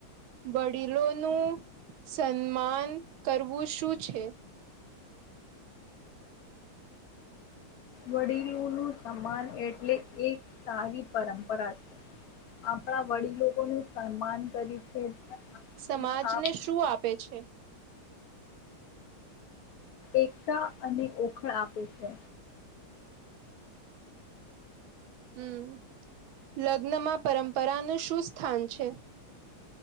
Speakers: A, on the right; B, on the left.
A: વડીલોનું સન્માન કરવું શું છે?
B: વડીલો નું સન્માન એટલે એક સારી પરંપરા છે, આપણા વડીલો ન સન્માન કરી. છે.
A: સમાજને
B: અને આપ
A: શું આપે છે?
B: એકતા અને ઓખળ આપે છે.
A: હમ લગ્નમાં પરંપરાનું શું સ્થાન છે?